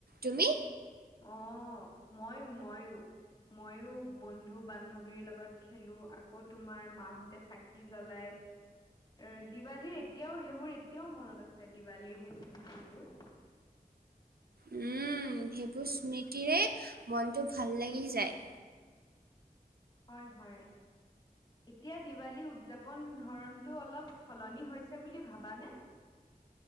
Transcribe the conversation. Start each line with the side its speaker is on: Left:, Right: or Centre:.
Right: তুমি?
Left: অ', মইো মইো। মইো বন্ধু বান্ধৱীৰ লগত খেলো, আকৌ তোমাৰ মাহঁতে চাকি জ্বলাই এ দিৱালীৰ এতিয়াও সেইবোৰ এতিয়াও মনত আছে দিৱালীৰ সেই স্মৃতিবোৰ।
Right: উম, সেইবোৰ স্মৃতিৰে মনটো ভাল লাগি যায়।
Left: হয় হয়। এতিয়া দিৱালী উদযাপন ধৰণটো অলপ সলনি হৈছে বুলি ভাবানে?